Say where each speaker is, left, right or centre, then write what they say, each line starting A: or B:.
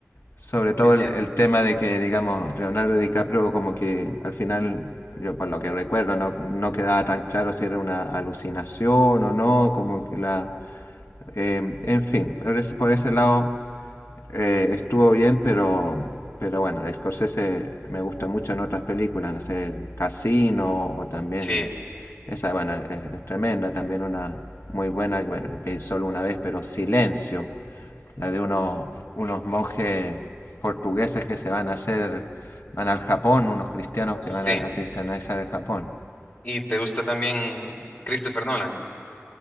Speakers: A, on the left; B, on the left.
A: Sobre todo
B: entiendo.
A: el, el tema de que, digamos, Leonardo DiCaprio como que al final, yo por lo que recuerdo, no, no quedaba tan claro si era una alucinación o no, como que la... eh, en fin, por ese, por ese lado eh, estuvo bien, pero, pero bueno, de Scorsese me gusta mucho en otras películas, no sé, Casino o también...
B: Sí,
A: Esa, bueno, es, es tremenda, también una muy buena, bueno, que pedí solo una vez, pero Silencio la de unos, unos monjes portugueses que se van a hacer, van al Japón, unos cristianos
B: sí.
A: que van a, a cristianizar el Japón.
B: ¿Y te gusta también Christopher Nolan?